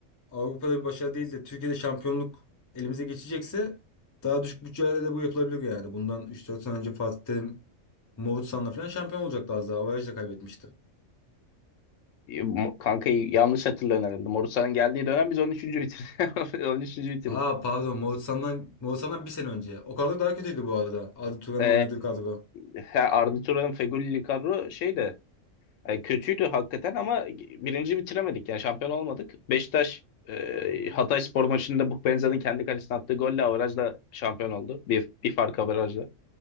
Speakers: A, on the left; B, on the left.
A: Avrupa'da bir başarı değil de Türkiye'de şampiyonluk elimize geçecekse daha düşük bütçelerle de bu yapılabilir yani. Bundan üç, dört sene önce Fatih Terim Moğolistan'la falan şampiyon olacaktı az daha. Avaraj'da kaybetmişti.
B: E, Mo- Kanka'yı yanlış hatırlıyorum herhalde. Morusanın geldiği dönem biz on üçüncü bitirdik. <laughs> on üçüncü bitirdik.
A: Aa pardon Moğolistan'dan, Moğolistan'dan bir sene önce. O kadro daha kötüydü bu arada. Arda Turan'ın
B: E,
A: oynadığı kadro.
B: e, ha, Arda Turan'ın Feghouli kadro şeydi. Yani kötüydü hakikaten ama birinci bitiremedik. Yani şampiyon olmadık. Beşiktaş e, Hatay Spor maçında Bukbenza'nın kendi kalesine attığı golle averajla şampiyon oldu. Bir, bir fark averajla.